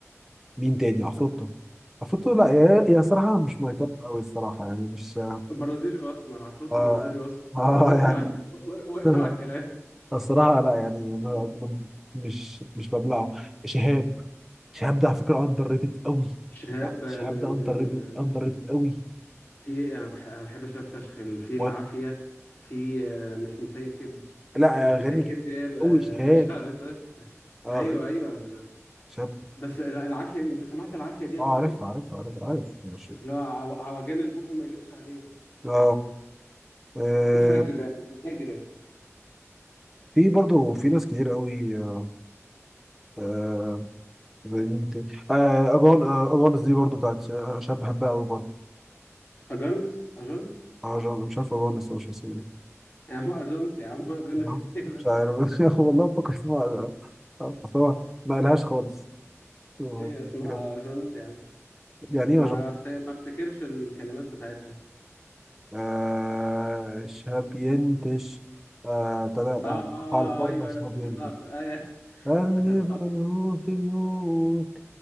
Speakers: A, in the centre; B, on the left.
A: مين تاني عفروتو عفروتو لا يا يا صراحه مش مايطاب قوي الصراحه يعني مش اه
B: برازيلي واسمر عفروتو
A: اه
B: برازيلي واسمر
A: آه،
B: و- واقفل
A: يعني
B: على الك- و- واقفل
A: <laughs>
B: على الكلام
A: الصراحه لا يعني ما ما- مش مش ببلعه شهاب شهاب ده على فكره اندر ريتد قوي
B: شهاب
A: لا
B: آه،
A: شهاب
B: م... م...
A: ده اندر ريتد
B: م...
A: اندر ريتد قوي
B: في إيه؟ انا بح... أنا بحب شهاب فشخ في العافيه
A: وانا
B: في آه، مش مسيكب
A: لا
B: مش
A: اغاني
B: مسيكب
A: كتير
B: دي ال-
A: قوي
B: آه،
A: شهاب
B: اللي شعرتها
A: اه
B: ايوه ايوه
A: شهاب
B: بس الع- العافيه انت سمعت العافيه دي
A: اه
B: قبل كده
A: عارف عارف عارف عارف ماشي
B: اللي هو عو- عوجان البق ما يليقش عليه
A: اه آه،
B: فجرة دي فجرة
A: في برضو في ناس كتير قوي آه آه، زي مين تاني آه اجون آه اجونس دي برضو بتاعت ش- شاب بحبها قوي برضو
B: أجنس أجنس
A: آه جون- مش عارف اجونس هو مش اسمه ايه
B: يا عم أجنس يا عم أجنس
A: نعم.
B: <laughs> إيه بس
A: مش عارف <laughs> والله بفكر اسمها آه، آه، اصل هو ما قالهاش خالص آه،
B: ايه اسمها
A: كده
B: جونس يا عم
A: يعني
B: ما
A: ايه
B: فت... ما افتكرش الكلمات بتاعتها
A: آه شهاب ينتش آه ابتدى آه،
B: اه اه
A: قطع الفرمة
B: آه، ايوه
A: شهاب
B: أيوة، افتكرتها
A: ينتش
B: افت- أيوة، <laughs>
A: ارمي
B: افتكرتها
A: بيوت في بيوت